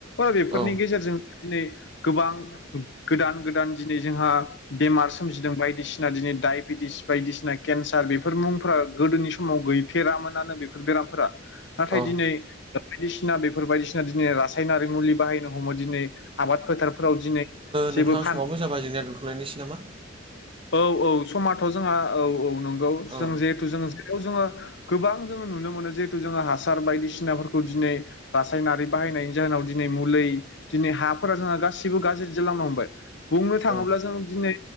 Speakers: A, on the left; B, on the right.
A: अ बेफोरनि
B: औ
A: गेजेरजों दिनै गोबां गोदान गोदान दिनै जोंहा बेमार सोमजिदों बायदिसिना दिनै डाइबेटिस बायदिसिना केन्सार बेफोर मुंफोरा गोदोनि समाव गैफेरामोनानो बेफोर बेरामफोरा। नाथाय
B: औ
A: दिनै बायदिसिना बेफोर बायदिसिना दिनै रासायनारि मुलि बाहायनो हमो दिनै आबाद फोथारफोराव दिनै जेबो
B: नोंथां
A: फान
B: समाबो जाबाय जोंनिया दोनथ'लायनोसै नामा?
A: औ औ समाथ' जोंहा औ औ नंगौ
B: औ
A: जों जिहेथु जोङो थ' जोंङो गोबां जोङो नुनो मोनो जिहेथु जोङो हासार बायदिसिनाफोरखौ दिनै रासायनारि बाहायनायनि जाहोनाव दिनै मुलै दिनै हाफोरा जोंहा गासिबो गाज्रि जालांनो हमबाय। बुंनो थाङोब्ला
B: औ
A: जों दिनै